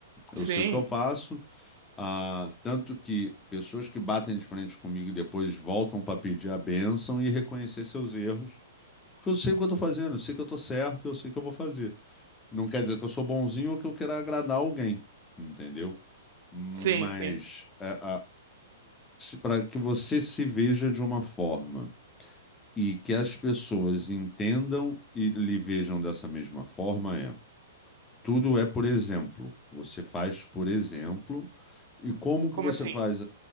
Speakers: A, on the left; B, on the right.
A: Eu
B: Sim,
A: sei o que eu faço. Ah, tanto que pessoas que batem de frente comigo e depois voltam para pedir a bênção e reconhecer seus erros. Porque eu sei o que eu tô fazendo, eu sei que eu tô certo, eu sei que eu vou fazer. Não quer dizer que eu sou bonzinho ou que eu queira agradar alguém, entendeu? Mas
B: sim, sim.
A: é, para que você se veja de uma forma e que as pessoas entendam e lhe vejam dessa mesma forma é, tudo é por exemplo. Você faz por exemplo. E como que
B: Como
A: você
B: assim?
A: faz?